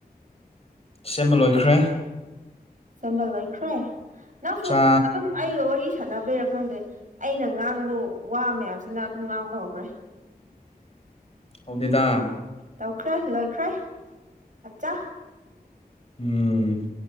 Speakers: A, on the left; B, on the right.
A: ꯁꯦꯝꯕ ꯂꯣꯏꯈ꯭ꯔꯦ
B: ꯁꯦꯝꯕ ꯂꯣꯏꯈ꯭ꯔꯦ ꯅꯪꯁꯨ
A: ꯆꯥ
B: ꯑꯗꯨꯝ ꯑꯩꯒ ꯋꯥꯔꯤ ꯁꯥꯟꯅꯕꯩꯔꯥ ꯈꯪꯗꯦ ꯑꯩꯅ ꯉꯥꯡꯕ ꯋꯥ ꯃꯌꯥꯝꯁꯤ ꯅꯪ ꯑꯗꯨꯝ ꯉꯥꯡꯕ ꯍꯧꯈ꯭ꯔꯦ
A: ꯍꯧꯗꯦꯗꯥ
B: ꯇꯧꯈ꯭ꯔꯦ ꯂꯣꯏꯈ꯭ꯔꯦ ꯑꯠꯆꯥ
A: ꯎꯝ